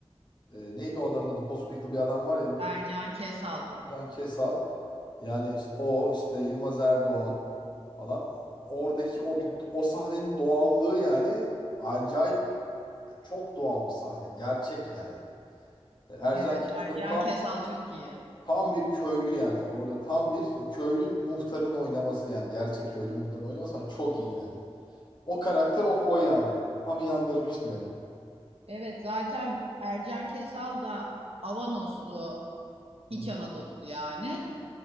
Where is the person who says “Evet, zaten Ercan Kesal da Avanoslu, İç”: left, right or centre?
Right